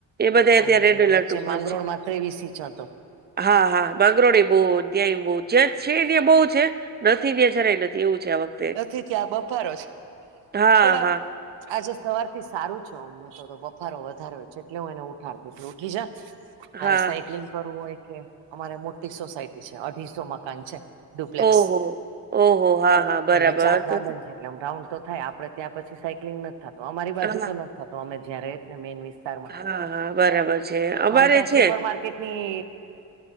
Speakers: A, on the right; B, on the right.
A: એ બધા અત્યારે
B: અને
A: રેડ એલર્ટ
B: વચ્ચે
A: ઉપર
B: માંગરોળમાં
A: છે.
B: ત્રેવીસ ઇંચ હતો.
A: હા હા માંગરોડ બહુ ત્યાંય બહુ જ્યાં છે ત્યાં બહુ છે નથી દે જરાય નથી એવું છે આ વખ
B: નથી ત્યાં બફારો છે
A: હા,
B: પણ આ
A: હા,
B: આજે સવાર થી સારું છે અમને તો બફારો વધારે છે એટલે હું એને ઉઠાડતી ઉઠી જા મારે
A: હા.
B: સાયક્લિંગ કરવું હોય કે અમારે મોટી સોસાયટી છે, અઢીસો મકાન છે. ડુપ્લેક્સ
A: ઓહો ઓહો હા હા
B: એટલે
A: બરાબર
B: ચાર ગાર્ડન
A: તો
B: છે એટલે આમ રાઉન્ડ તો થાય આપે ત્યાં પછી સાયક્લિંગ નથી થાતુ અમારી બાજુ
A: હા,
B: તો નથી થાતું અમે જ્યા રેય ને મેન વિસ્તારમાં
A: હા, હા બરાબર છે. અમારે
B: અમે ત્યા
A: છે.
B: સુપર માર્કે કેટ ની